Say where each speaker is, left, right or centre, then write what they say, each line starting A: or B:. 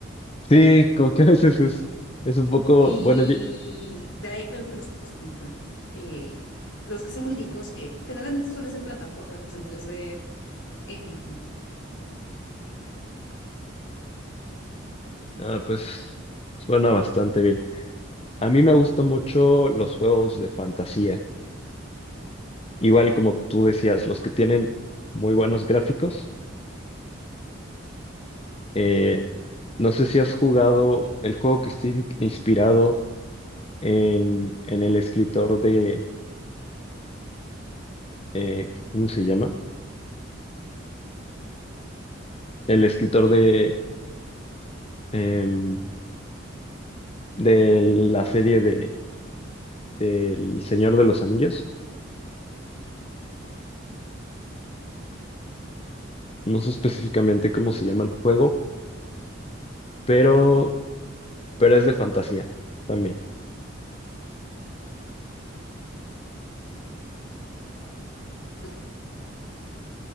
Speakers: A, on the left; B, on the left.
A: Sí, como que a veces es, es un poco,
B: Y
A: bueno, ye-
B: de ahí me gustan los juegos de aventura. Eh, los que son muy dinámicos, eh, generalmente suelen ser plataformas en tres d eh, y
A: ah, pues suena bastante bien. A mí me gustan mucho los juegos de fantasía, igual como tú decías, los que tienen muy buenos gráficos. Eh, no sé si has jugado el juego que está in- inspirado en, en el escritor de, eh, ¿cómo se llama? El escritor de, em, de la serie de, del Señor de los Anillos. No sé específicamente cómo se llama el juego, pero, pero es de fantasía también.
B: Baldur's